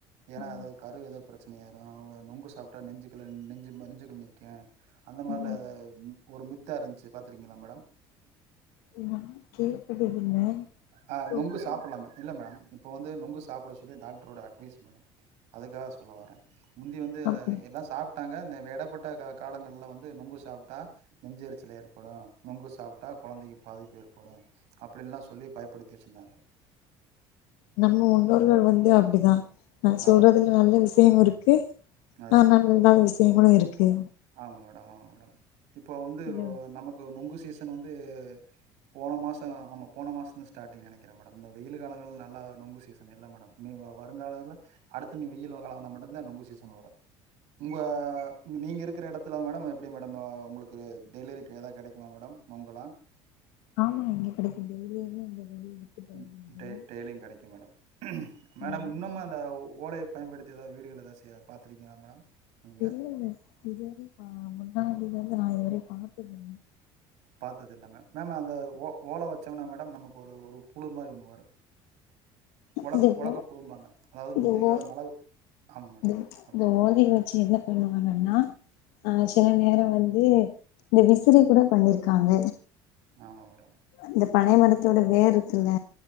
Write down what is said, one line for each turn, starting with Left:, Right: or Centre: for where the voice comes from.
Right: ஏனா
Left: ஆமா
Right: எதாவது கரு எதோப் பிரச்சனை ஆயிரு அவங்க நொங்கு சாப்புட்டா நெஞ்சுக்குள்ல நெஞ்சு ம நெஞ்சுக்குள்ல நிக்கு அந்த மாரில
Left: ம்
Right: எதா ம் ஒரு மித் தா இருஞ்சு பாத்துக்கீங்களா மேடம்
Left: ஆமா கேள்விப்பட்டதில்ல
Right: ஆ
Left: இப்ப
Right: நொங்கு
Left: உள்ள
Right: சாப்புல்லா மே இல்ல மேடம் இப்ப வந்து நொங்குஸ் சாப்புட சொல்லி டாக்டரோட அட்வைஸ் மேடம் அதுக்காக சொல்ல வர முந்தி வந்து
Left: அப்டி
Right: எல்லா சாப் ட்டாங்க அந்த வெடப்பட் ட்ட கா காலங்கள்ல வந்து நொங்கு சாப் டா நெஞ்செருச்சலு ஏற்படு நொங்கு சாப்புட்டா கொழந்தைக்கு பாதிப்பு ஏற்படு அப்டின்லா சொல்லி பயப்படுத்தி வெச்சுருந்தாங்க
Left: நம்ம முன்னோர்கள் வந்து அப்பிடிதா நா சொல்றதுல
Right: அதான் அதான்
Left: நல்ல விஷ்யம் இருக் க
Right: அதான்
Left: ஆ
Right: மேடம்
Left: நல்லதா விஷ் தேமளு இருக்கு
Right: ஆமா மேடம் ஆமா மேடம் இப்போ வந்து
Left: இந்த-
Right: நமக்கு நுங்கு சாப் சீசன் வந்து போன மாசோ ஆமா போன மாசந்து ஸ்டாட்டிங் நெனைக்கிறே மேடம் வெயில் காலங்கள் நல்லா நொங்கு சீசன் இல்ல மேடம் நீ வ வருங்காலங்கள அடுத்து நீ வெயில் காலே வந்தா மட்டுதா நொங்கு சீசன் வரும் உங்க நீங்க இருக் இருக்கிற எடத்துல மேடம் எப்பிடி மேடம் உங்களுக்கு டெலிரிக்கு எதா கெடைக்குமா மேடம் நுங்கலா
Left: ஆமா இங்க கிடைக்கு டெய்லியுமே இங்க வெளிய வித்துட்டு
Right: ம்
Left: வருவாங்க
Right: டெ டெய்லிங் கெடைக்கு மேடம் மேடம்
Left: ம்
Right: இன்னுமா
Left: ஆமா
Right: அந்த ஓலை பயன்படுத்தி எதா வீடுகள் எதா செய் பாத்துர்க்கீங்களா மேடம் நீங்க
Left: தெரியல இதுவரை ஆ முன்னாடித இது நா இதுவரை பாத்ததுல்ல
Right: பாத்தது இல்ல மேம் மேம் அந்த ஓ ஓல வச்சம்னா மேடம் நமக்கு ஒரு ஒரு புழு மாரி ஒன்னு வரு உலக்க
Left: இந்த
Right: உலக்க
Left: ஓ
Right: புழும்பாங்க அதாவது
Left: இந்த
Right: முந்திய கால
Left: ஓ
Right: மழ ஆமா மேம்
Left: இந்த
Right: அவ்
Left: இந்த ஓலைய வச்சு என்ன பண்ணுவாங்கன்னா ஆ சில நேரோ வந் ந்து இந்த விசிறி கூட பண்ணிருக்காங்க
Right: ஆமா மேடம்
Left: இந்த பனை மரத்தோட வேர் இருக்குல்ல